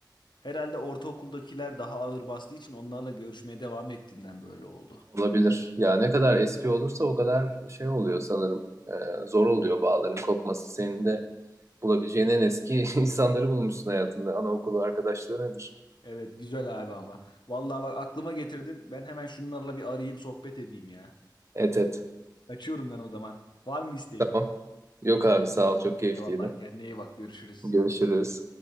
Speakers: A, on the left; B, on the right.
A: herhalde ortaokuldakiler daha ağır bastığı için onlarla görüşmeye devam ettiğimden böyle oldu.
B: Olabilir. Ya ne kadar eski olursa o kadar şey oluyor sanırım. Ee, zor oluyor bağların kopması. Senin de bulabileceğin en eski <laughs> insanları bulmuşsun hayatında. Anaokulu arkadaşlığı nedir?
A: Evet güzel abi ama. Vallahi bak aklıma getirdin. Ben hemen şunlarla bir arayayım sohbet edeyim ya.
B: Et et.
A: Kaçıyorum ben o zaman. Var mı isteğin?
B: Tamam. Yok abi sağ ol çok keyifliydi.
A: Eyvallah kendine iyi bak görüşürüz.
B: Görüşürüz.